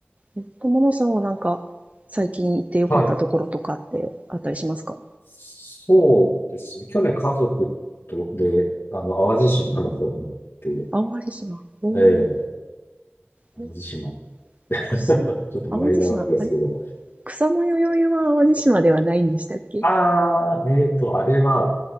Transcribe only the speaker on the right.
うん。友野さんはなんか、最近行ってよかったところとかってあったりしますか
淡路島おー、
え
草
淡路島、あれ草よ宵は淡路島ではないんでしたっけ